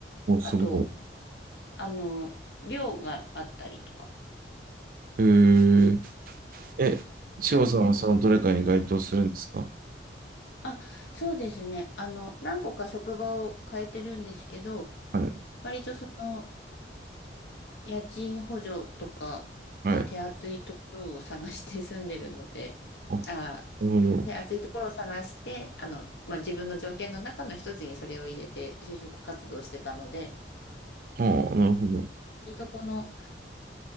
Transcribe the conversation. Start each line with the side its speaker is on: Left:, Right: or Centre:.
Right: お、すごい。
Left: あと、あの、寮があったりとか。
Right: へえ、え、千穂さんはそのどれかに該当するんですか
Left: なので、あ、そうですね。あの、何個か職場を変えてるんですけど、
Right: はい。
Left: 割とその、家賃補助とかが手厚いところを探して住んでるので、
Right: はい。あ、な
Left: あ、
Right: るほど。
Left: で、厚いところを探して、あの、まあ、自分の条件の中の一つにそれを入れて就職活動してたので、
Right: はあ、なるほど。
Left: 割とこの、